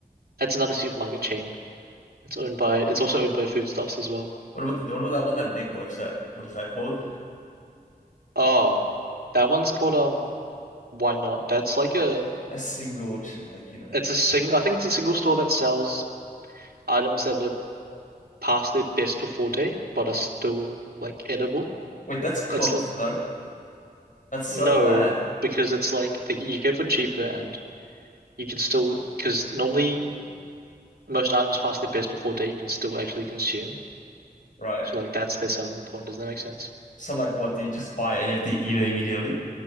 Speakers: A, on the right (about 65°); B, on the left (about 50°).
A: That's another supermarket chain. It's owned by it's also owned by Foodstuffs as well.
B: What about the, what about that one that Nick works at? What is that called?
A: Oh, that one's called um Why Not? That's like a
B: That's single, ch- like you know.
A: it's a sing I think it's a single store that sells items that are past their best before date but are still like edible.
B: Wait, that's cooked.
A: It's l-
B: No, that's so
A: No,
B: bad.
A: because it's like they, you get for cheaper and you can still, because normally most items past their best before date you can still actually consume.
B: Right.
A: So like that's their selling point. Does that make sense?
B: So like, what do you just buy it? and You have to eat it immediately,